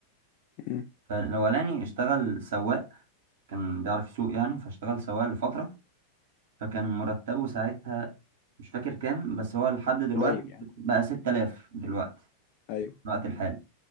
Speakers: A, on the left (about 45°); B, on the right (about 55°).
A: مم.
B: فالأولاني اشتغل سواق كان بيعرف يسوق يعني فاشتغل سواق لفترة فكان مرتبه ساعتها مش فاكر كام بس هو لحد دلوقتي
A: قليل يعني
B: بقى 6000 دلوقتي
A: أيوه
B: في الوقت الحالي